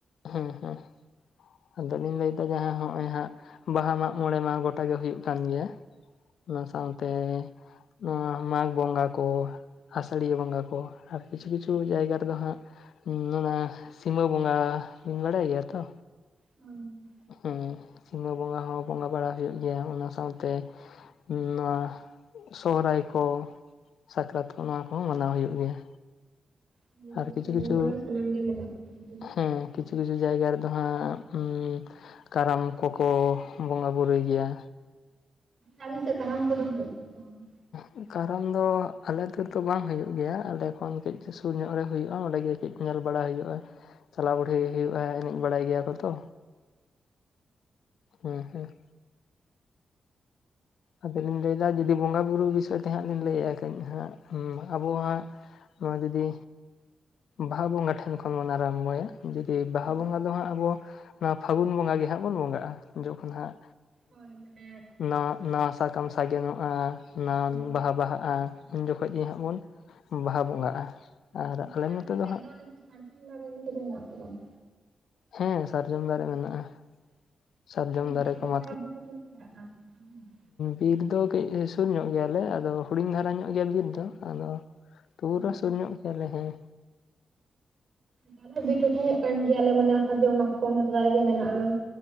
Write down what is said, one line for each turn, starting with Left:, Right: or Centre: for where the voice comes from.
Left: ᱦᱮᱸ ᱦᱮᱸ᱾ ᱟᱫᱚᱞᱤᱧ ᱞᱟᱹᱭ ᱫᱟ ᱡᱟᱦᱟᱸ ᱦᱚᱸᱜ-ᱚᱭ ᱦᱟᱸᱜ ᱵᱟᱦᱟ ᱢᱟᱜ ᱢᱚᱬᱮ ᱢᱟ ᱜᱚᱴᱟ ᱜᱮ ᱦᱩᱭᱩᱜ ᱠᱟᱱ ᱜᱮᱭᱟ᱾ ᱚᱱᱟ ᱥᱟᱶᱛᱮᱼᱼ ᱱᱚᱣᱟ ᱢᱟᱜᱽ ᱵᱚᱸᱜᱟ ᱠᱚ ᱟᱥᱟᱲᱤᱭᱟᱹ ᱵᱚᱸᱜᱟ ᱠᱚ ᱟᱨ ᱠᱤᱪᱷᱩ ᱠᱤᱪᱷᱩ ᱡᱟᱭᱜᱟ ᱨᱮᱫᱚ ᱦᱟᱸᱜᱼᱼ ᱦᱩᱸ ᱱᱚᱱᱟ ᱥᱤᱢᱟᱹ ᱵᱚᱸᱜᱟ ᱵᱤᱱ ᱵᱟᱰᱟᱭ ᱜᱮᱭᱟ ᱛᱚ᱾
Right: ᱦᱳᱭ᱾
Left: ᱦᱮᱸ ᱥᱤᱸᱢᱟᱹ ᱵᱚᱸᱜᱟ ᱦᱚᱸ ᱵᱚᱸᱜᱟ ᱵᱟᱲᱟ ᱦᱩᱭᱩᱜ ᱜᱮᱭᱟ ᱚᱱᱟ ᱥᱟᱶᱛᱮᱼᱼ ᱱᱚᱣᱟ ᱥᱚᱦᱨᱟᱭ ᱠᱚ ᱥᱟᱠᱨᱟᱛ ᱠᱚ ᱱᱚᱣᱟ ᱠᱚᱦᱚᱸ ᱢᱟᱱᱟᱣ ᱦᱩᱭᱩᱜ ᱜᱮᱭᱟ᱾
Right: ᱦᱳᱭ
Left: ᱟᱨ
Right: ᱟᱵᱚ
Left: ᱠᱤᱪᱷᱩ
Right: ᱥᱟᱱᱛᱟᱲ
Left: ᱠᱤᱪᱷᱩᱼᱼ
Right: ᱦᱚᱯᱚᱱᱟᱜ ᱢᱟ ᱥᱟᱱᱟᱢ ᱜᱮ ᱢᱮᱱᱟᱜᱼᱟ
Left: ᱦᱮᱸ ᱠᱤᱪᱷᱩ ᱠᱤᱪᱷᱩ ᱡᱟᱭᱜᱟ ᱨᱮᱫᱚ ᱦᱟᱸᱜ ᱩᱸᱼᱼ ᱠᱟᱨᱟᱢ ᱠᱚᱠᱚ ᱵᱚᱸᱜᱟ ᱵᱩᱨᱩᱭ ᱜᱮᱭᱟ᱾
Right: ᱟᱵᱤᱱ ᱥᱮᱫ ᱠᱟᱨᱟᱢ ᱠᱚᱫᱚ ᱦᱩᱭᱩᱜ ᱜᱮᱭᱟ᱾ ᱵᱟᱝ?
Left: ᱦᱮ᱾ ᱠᱟᱨᱚᱱ ᱫᱚ ᱟᱞᱮ ᱟᱛᱩ ᱨᱮᱫᱚ ᱵᱟᱝ ᱦᱩᱭᱩᱜ ᱜᱮᱭᱟ ᱟᱞᱮ ᱠᱷᱚᱱ ᱠᱟᱹᱡ ᱥᱩᱨ ᱧᱚᱜ ᱨᱮ ᱦᱩᱭᱩᱜ-ᱟ ᱚᱸᱰᱮᱜᱮ ᱠᱟᱹᱡᱼᱼ ᱧᱮᱞ ᱵᱟᱲᱟᱭ ᱦᱩᱭᱩᱜ-ᱟ ᱪᱟᱞᱟᱣ ᱵᱩᱰᱦᱤ ᱦᱩᱭᱩᱜ-ᱟ ᱮᱱᱮᱡ ᱵᱟᱲᱟᱭ ᱜᱮᱭᱟ ᱠᱚ ᱛᱚᱼᱼ ᱦᱮᱸ ᱦᱮᱸ᱾ ᱟᱫᱚᱞᱤᱧ ᱞᱟᱹᱭᱫᱟ ᱡᱩᱫᱤ ᱵᱚᱸᱜᱟ ᱵᱩᱨᱩ ᱵᱤᱥᱚᱭ ᱛᱮ ᱦᱟᱸᱜ ᱞᱤᱧ ᱞᱟᱹᱭᱮᱜ-ᱟ ᱠᱟᱹᱡ ᱦᱟᱸᱜ ᱩᱸ ᱟᱵᱚ ᱦᱟᱸᱜᱼᱼ ᱱᱚᱣᱟ ᱡᱚᱫᱤ ᱵᱟᱦᱟ ᱵᱚᱸᱜᱟ ᱴᱷᱮᱱ ᱠᱷᱚᱱ ᱵᱚᱱ ᱟᱨᱟᱢ ᱵᱷᱚᱭᱟᱼᱼ ᱡᱩᱫᱤ ᱵᱟᱦᱟ
Right: ᱦᱳᱭ
Left: ᱵᱚᱸᱜᱟ
Right: ᱦᱳᱭ
Left: ᱫᱚ ᱦᱟᱸᱜ ᱟᱵᱚ ᱱᱚᱣᱟ ᱯᱷᱟᱹᱜᱩᱱ ᱵᱚᱸᱜᱟ ᱜᱮ ᱦᱟᱸᱜ ᱵᱚᱱ ᱵᱚᱸᱜᱟᱜ-ᱟ ᱡᱚᱠᱷᱚᱱ ᱦᱟᱸᱜᱼᱼ
Right: ᱦᱚᱭ ᱢᱟᱱᱮᱼᱼ
Left: ᱱᱟᱣᱟ ᱱᱟᱣᱟ ᱥᱟᱠᱟᱢ ᱥᱟᱜᱮᱱᱚᱜ-ᱟ ᱱᱟᱣᱟ
Right: ᱦᱳᱭ
Left: ᱵᱟᱦᱟ ᱵᱟᱦᱟᱜ-ᱟ ᱩᱱ ᱡᱚᱠᱷᱚᱡ
Right: ᱦᱳᱭ
Left: ᱜᱮ ᱦᱟᱸᱜ ᱵᱚᱱ᱾ ᱵᱟᱦᱟ ᱵᱚᱸᱜᱟᱜ-ᱟ ᱟᱨ
Right: ᱟᱯᱮ
Left: ᱟᱞᱮ ᱱᱚᱛᱮ
Right: ᱥᱮᱫ
Left: ᱫᱚ ᱦᱟᱸᱜ
Right: ᱚᱱᱮ ᱡᱮ ᱥᱟᱨᱡᱚᱢ ᱫᱟᱨᱮ ᱚᱱᱟ ᱠᱚ ᱫᱚ ᱢᱮᱱᱟᱜ ᱟᱥᱮ ᱵᱟᱝ?
Left: ᱦᱮᱸ ᱥᱟᱨᱡᱚᱢ ᱫᱟᱨᱮ ᱢᱮᱱᱟᱜᱼᱟ᱾ ᱥᱟᱨᱡᱚᱢ
Right: ᱚᱱᱟ
Left: ᱫᱟᱨᱮ
Right: ᱵᱤᱨ
Left: ᱠᱚ
Right: ᱴᱚᱴᱷᱟ
Left: ᱢᱟ
Right: <unintelligible>
Left: ᱵᱤᱨ ᱫᱚ ᱠᱟᱹᱡᱞᱮ‌ ᱥᱩᱨ ᱧᱚᱜ ᱜᱮᱭᱟᱞᱮ ᱟᱫᱚ ᱦᱩᱰᱤᱧ ᱫᱷᱟᱨᱟ ᱧᱚᱜ ᱜᱮᱭᱟ ᱵᱤᱨ ᱫᱚ ᱟᱫᱚ
Right: ᱵᱟᱝ?
Left: ᱛᱚᱵᱩᱹ ᱨᱮᱦᱚᱸ ᱥᱩᱨ ᱧᱚᱜ ᱜᱮᱭᱟᱞᱮ ᱦᱮᱸ᱾
Right: ᱢᱟᱱᱮ ᱵᱤᱨ ᱴᱟᱴᱷᱟᱧᱚᱜ ᱠᱟᱱ ᱜᱮᱭᱟᱞᱮ ᱢᱟᱱᱮ ᱥᱟᱨᱡᱚᱢ ᱢᱟᱛᱠᱚᱢ ᱡᱷᱚᱛᱚ ᱫᱟᱨᱮ ᱜᱮ ᱢᱮᱱᱟᱜ-ᱟ᱾